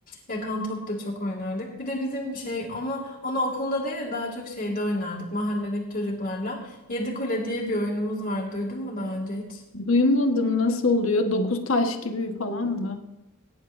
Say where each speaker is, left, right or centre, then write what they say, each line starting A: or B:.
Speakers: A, on the left; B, on the left.
A: Yakan top da çok oynardık. Bir de bizim bir şey ama onu okulda değil de daha çok şeyde oynardık. Mahalledeki çocuklarla. Yedi Kule diye bir oyunumuz vardı. Duydun mu daha önce hiç?
B: Duymadım nasıl oluyor? Dokuz taş gibi falan mı?